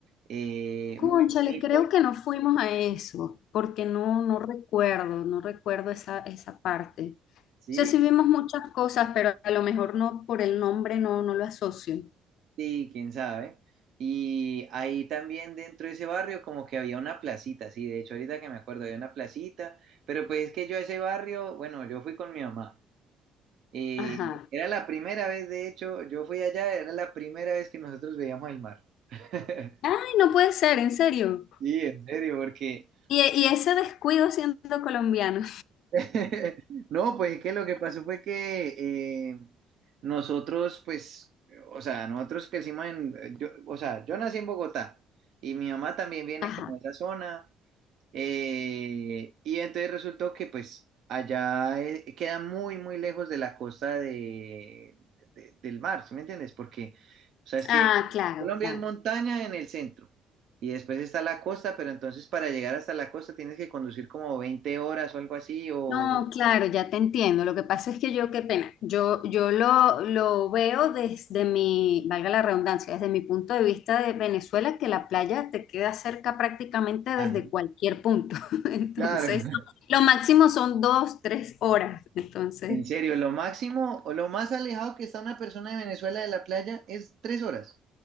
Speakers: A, on the right; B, on the left.
A: eh,
B: cónchale,
A: muy bonito,
B: creo que no fuimos a eso, porque no, no recuerdo, no recuerdo esa, esa parte.
A: sí,
B: O sea, sí vimos muchas cosas, pero a lo mejor no por el nombre no, no lo asocio.
A: sí, quién sabe. Y ahí también dentro de ese barrio como que había una placita, sí, de hecho ahorita que me acuerdo había una placita, pero pues es que yo a ese barrio, bueno, yo fui con mi mamá. Y
B: Ajá.
A: era la primera vez, de hecho, yo fui allá, era la primera vez que nosotros veíamos el mar. <laughs>
B: Ay, no puede ser, en serio.
A: Sí, en serio, porque...
B: Y, y ese descuido siendo colombiano.
A: <laughs> No, pues es que lo que pasó fue que eh, nosotros, pues, o sea, nosotros crecimos en... Yo, o sea, yo nací en Bogotá y mi mamá también viene
B: <laughs> Ajá.
A: como de esa zona. Eh, y entonces resultó que pues allá eh, queda muy, muy lejos de la costa de, de- del mar, ¿sí me entiendes? Porque, o sea, es que
B: Ah, claro,
A: Colombia
B: claro.
A: es montaña en el centro y después está la costa, pero entonces para llegar hasta la costa tienes que conducir como 20 horas o algo así, o...
B: No, claro, ya te entiendo. Lo que pasa es que yo, qué pena, yo, yo lo, lo veo desde mi, valga la redundancia, desde mi punto de vista de Venezuela, que la playa te queda cerca prácticamente
A: Ajá,
B: desde cualquier punto. <laughs> Entonces,
A: claro, <laughs>
B: lo máximo son dos, tres horas. Entonces,
A: en serio, lo máximo o lo más alejado que está una persona de Venezuela de la playa es tres horas.